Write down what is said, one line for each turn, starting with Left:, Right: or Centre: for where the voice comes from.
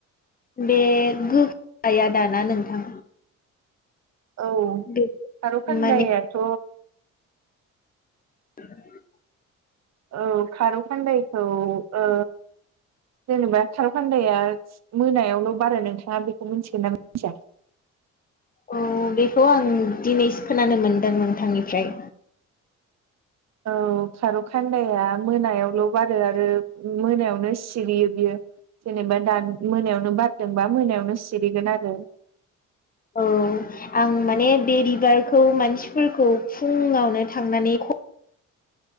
Left: बे गोहाया दाना नोंथां।
Right: औ
Left: बे
Right: खारौ खान्दायाथ'
Left: माने <unintelligible>
Right: औ खारौ खान्दायखौ ओ जेनेबा खारौ खान्दाया मोनायावल' बारा नोंथाङा बेखौ मिथिगोन ना मिथिया?
Left: औ बेखौ आं दिनैसो खोनानो मोनदों नोंथांनिफ्राय।
Right: औ खार' खान्दाया मोनायावल' बारो आरो मोनायावनो सिरियो बियो। जेनेबा दा मोनायावनो बारदोंबा मोनायावनो सिरिगोन आरो।
Left: औ आं माने बे बिबार खौ मानसिफोर खौ फुङावनो थांनानै ख